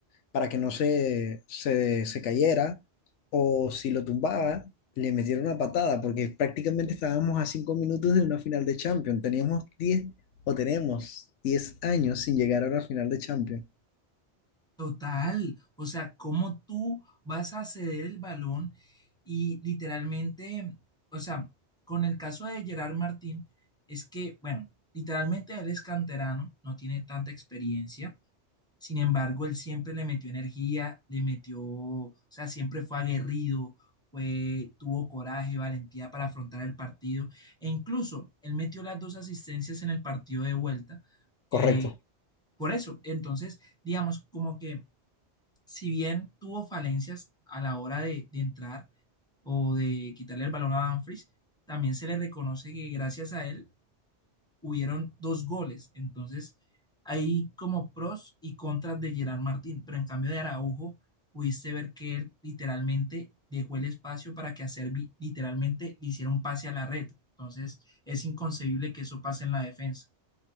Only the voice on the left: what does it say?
para que no se, se, se cayera, o si lo tumbaba, le metieron una patada, porque prácticamente estábamos a cinco minutos de una final de Champions. Teníamos 10 o tenemos 10 años sin llegar a una final de Champions.
Correcto.